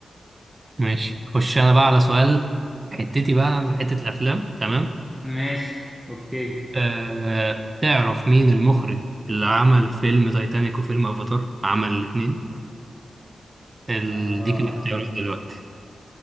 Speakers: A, on the right; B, in the centre.
A: ماشي خش انا بقى على سؤال حتتي بقى عند حتة الافلام تمام
B: ماشي أوكي
A: أه... تعرف مين المخرج اللي عمل فيلم تايتانيك وفيلم افاتار عمل الاتنين ال-
B: آه.
A: ديك الاختيارات دلوقتي